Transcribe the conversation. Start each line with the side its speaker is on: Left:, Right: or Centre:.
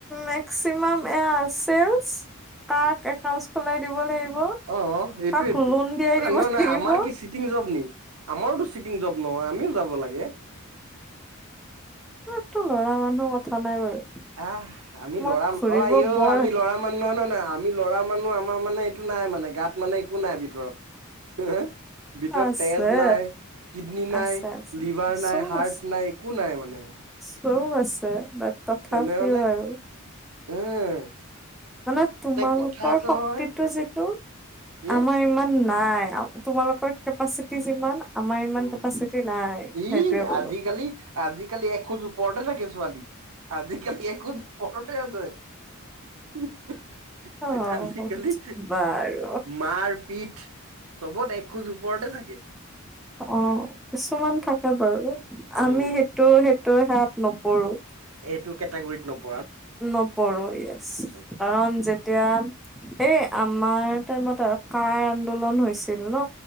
Centre: মেক্সিমাম এয়া <unintelligible> কাক <unintelligible> সলাই দিব লাগিব।
Right: অ' অ' সেইটোয়েতো
Centre: কাক লোন দিয়াই দিব
Right: নহয়
Centre: লাগিব
Right: নাই আমাৰ কি চিটিং জব নি আমাৰোতো চিটিং জব নহয় আমিও <unintelligible> <unintelligible> লাগে।
Centre: <unintelligible> লৰা মানুহ কথা নাই বাৰু।
Right: আহ আমি
Centre: মই
Right: লৰা
Centre: ঘুৰিব
Right: আইঔ
Centre: বৰ
Right: আমি লৰা মানুহ নহয় ন <unintelligible> আমি লৰা মানুহ আমাৰ মানে এইটো নাই মানে গাত মানে একো নাই ভিতৰত <unintelligible> ভিতৰত
Centre: আছে
Right: তেজ নাই কিডনী নাই
Centre: আছে আছে
Right: লিভাৰ
Centre: চব
Right: নাই হাৰ্ট
Centre: আছে
Right: নাই একো নাই মানে
Centre: চব আছে বাট তথাপিও
Right: তেনেহলে
Centre: আৰু
Right: উম
Centre: মানে তোমালোকৰ
Right: কথা আছে
Centre: শক্তিটো
Right: নহয়
Centre: যিটো
Right: এ
Centre: আমাৰ ইমান নাই তোমালোকৰ কেপাচিটি যিমান আমাৰ ইমান
Right: উম
Centre: কেপাচিটি নাই সেইটোৱে
Right: ই
Centre: ক'লো
Right: আজিকালি আজি কালি এখোজ ওপৰতে থাকে ছোৱালী আজিকালি এখোজ ওপৰতে আছে
Centre: অ',
Right: আজিকালি
Centre: বাৰু
Right: মাৰ পিট চবত এক খোজ ওপৰতে থাকে
Centre: অ কিছুমান থাকে বাৰু আমি
Right: উম,
Centre: সেইটো সেই <unintelligible> <unintelligible> নপৰো
Right: এইটো কেটেগৰীত নপ-
Centre: নপৰো ইয়েছ
Right: আচ্ছা।
Centre: কাৰণ যেতিয়া এই আমাৰ টাইমত আৰু কা ৰ আন্দোলন হৈছিল ন